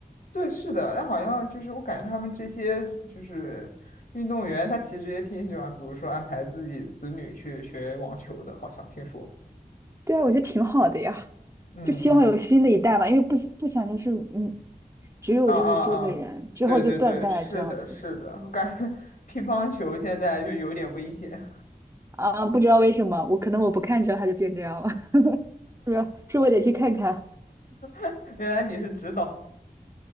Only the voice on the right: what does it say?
对啊，我觉得挺好的呀，
就希望有新的一代吧，因为不不想就是嗯，只有就是这个人之后就断代了这样子
啊，不知道为什么，我可能我不看着他就变这样了，<laughs> 是不是？是我得去看看，